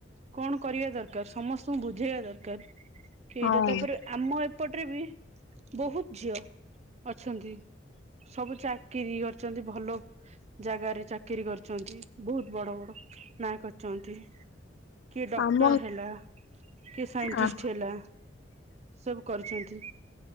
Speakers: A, on the right; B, on the left.
A: କଣ କରିବା ଦରକାର, ସମସ୍ତଙ୍କୁ ବୁଝେଇବା ଦରକାର। ସେଇଟା,
B: ହଁ
A: ତା ପରେ ଆମ ଏପଟରେ ବି ବହୁତ ଝିଅ ଅଛନ୍ତି। ସବୁ ଚାକିରି କରିଛନ୍ତି ଭଲ ଜାଗାରେ ଚାକିରୀ କରିଛନ୍ତି। ବହୁତ ବଡ ବଡ ନାଁ କରିଛନ୍ତି। କିଏ ଡକ୍ଟର୍
B: ଆମ
A: ହେଲା, କିଏ ସାଇଣ୍ଟିଷ୍ଟ
B: ଆ
A: ହେଲା। ସବୁ କରିଛନ୍ତି।